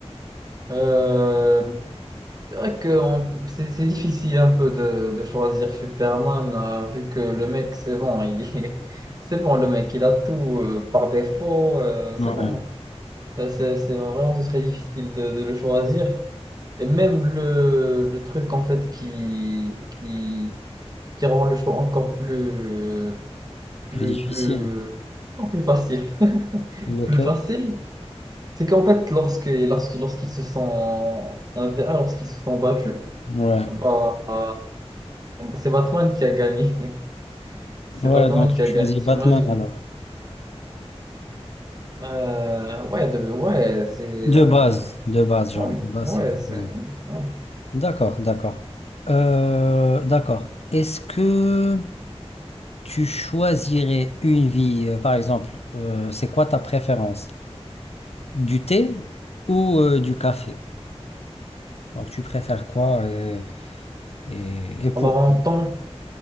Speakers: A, on the right; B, on the left.
A: Euh, c'est vrai que on- c'est c'est difficile un peu de, de choisir Superman, euh, vu que le mec, c'est bon, il... <laughs> c'est bon, le mec, il a tout euh, par défaut, euh, c'est
B: Ouais.
A: bon. Ça, C'est c'est vraiment ce serait difficile de, de le choisir. Et même le, le truc, en fait, qui, qui, qui rend le choix encore plus. euh,
B: Plus
A: plus,
B: difficile.
A: plus, non, plus facile. <laughs>
B: Lequel?
A: Plus facile, c'est qu'en fait, lorsque, lorsque, lorsqu'ils se sont 1v1, lorsqu'ils se sont battus,
B: Ouais.
A: bah, euh, bah, c'est Batman qui a gagné. <laughs> C'est
B: Ouais,
A: Batman
B: donc
A: qui
B: tu
A: a
B: choisis
A: gagné, t'imagines?
B: Batman alors.
A: Euh, ouais, de, ouais, c'est.
B: De
A: euh,
B: base, de base, genre,
A: ouais,
B: de base,
A: ouais,
B: c'est Batman.
A: c'est. ouais, ouais.
B: D'accord, d'accord. Euh, d'accord. Est-ce que tu choisirais une vie, euh, par exemple, euh, c'est quoi ta préférence? Du thé ou euh, du café? Donc, tu préfères quoi et, et, et pourquoi?
A: Alors, en temps,